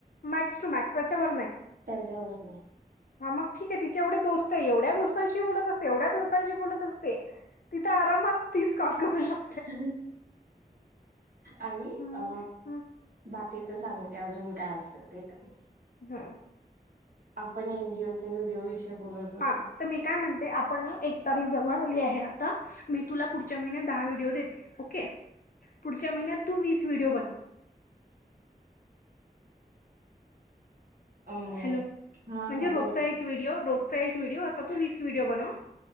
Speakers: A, on the left; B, on the right.
A: मॅक्स टू मॅक्स त्याच्या वर नाही.
B: त्याच्यावरन
A: हा मग ठीक आहे तिचे एवढे दोस्त आहे, एवढ्या दोस्तांशी बोलत असते, एवढ्या दोस्तांशी बोलत असते. तिथं आरामात तीस काॅल करू शकतो.
B: <inaudible> आणि
A: हम्म,
B: अ बाकीच सांगते अजून काय असतं ते, का
A: हम
B: आपण एनजीओ चा व्हिडिओ विषयी बोलत होतो.
A: हा तर मी काय म्हणते, आपण ना एक तारीख जवळ आली आहे. मी तुला पुढच्या महिन्यात दहा व्हिडओ देते. ओके पुढच्या महिन्यात तू वीस व्हिडीओ बनव.
B: अम
A: हॅलो,
B: हा
A: म्हणजे
B: हा
A: रोजचा
B: बोल
A: एक व्हिडिओ, रोजचा एक व्हिडिओ असा तू वीस व्हिडिओ बनव.